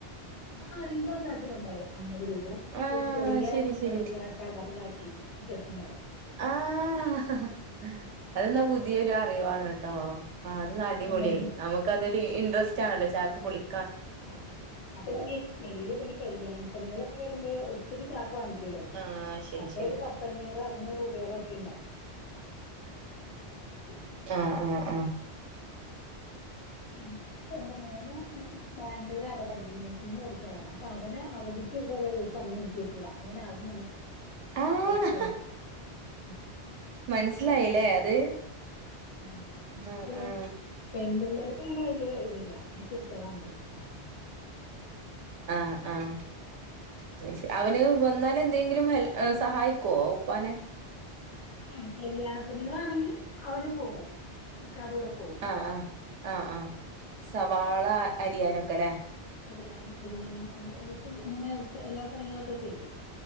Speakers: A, on the left; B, on the right.
A: ആ എല്ലാംചാക്കിനും ഉണ്ടാകുവോ, അമ്പതുരൂപ ഒ
B: ആഹ്
A: ഒരു ചെറിയ
B: ശരി ശരി
A: കവറിലാക്കി ഇട്ടിട്ടുണ്ടാവും.
B: ആ ഹ ഹ അതെന്നാ പുതിയൊരു അറിവാണേട്ടോ ആ അത് അടിപൊളിയായി
A: അതെ
B: നമുക്കതൊരു ഇൻട്രസ്റ്റാണല്ലോ ചാക്ക് പൊളി-
A: അ അപ്പൊളിനി വെല്യ വല്യ കല്യാണപ്പണികളൊക്കെവരുമ്പോള് ഒത്തിരിച്ചാക്ക് വാങ്ങിക്കും. കിലോ
B: ആഹ് ശരി
A: അപ്പൊ
B: ശരി
A: ഒരു പത്തഞ്ഞൂറ് അറുന്നൂറ് രൂപയോളമൊക്കെയുണ്ടാവും. <unintelligible>
B: ആ ഹ് ആഹ് ആ ഹ്
A: <unintelligible> എന്റെ മോനാ <unintelligible> ബാംഗ്ലൂരാ <unintelligible> പഠിക്കുന്നേ നിന്നു പഠിക്കുവാ അവൻ. അപ്പ അവനെ അവധിക്ക് ഇവിടെ ഒള്ള ദിവസം <unintelligible> <unintelligible>
B: ആഹ് മനസ്സിലായില്ലേ അത്
A: ആഹ് <unintelligible>
B: ആഹ് ആഹ്
A: പെൺ പിള്ളേർക്ക് ഇങ്ങനെ വലിയ ഇതില്ല <unintelligible> എടുത്തോളാൻ പറയും മ്ഹ്
B: ആഹ് ആഹ് <unintelligible> അവന് വന്നാല് എന്തെങ്കിലും ഹെൽ ഏഹ് സഹായിക്കോ ഉപ്പാനെ
A: ആഹ് കല്യാണപ്പണികളാണെങ്കി അവനുംപോകും ഇക്കാട കൂടെ പോകും.
B: ആഹ് ആഹ് ആഹ് ആഹ് സവാള അരിയാനൊക്കെലേ
A: അരിയാനും പിന്നെ <unintelligible> അങ്ങനെ എല്ലാ പണികളൊക്കെ ചെയ്യും.